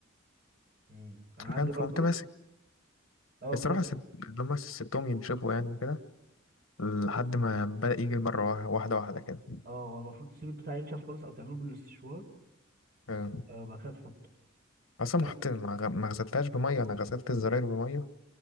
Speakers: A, on the right (about 50°); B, on the left (about 75°).
A: امم انا عندي
B: فاهم فقمت
A: برضو
B: ماسك
A: اه
B: الصراحه
A: كم
B: سبت لما سبتهم ينشفوا يعني وكده لحد ما بدأ يجي مرة وا- واحدة واحدة كده
A: اه هو المفروض تسيب البتاع ينشف خالص او تعمله بالاستشوار
B: آه.
A: آه، وبعد كده تحطه
B: أصلا
A: فأنا-
B: ما حطيت ما غ- ما غسلتهاش بمية أنا غسلت الزراير بمية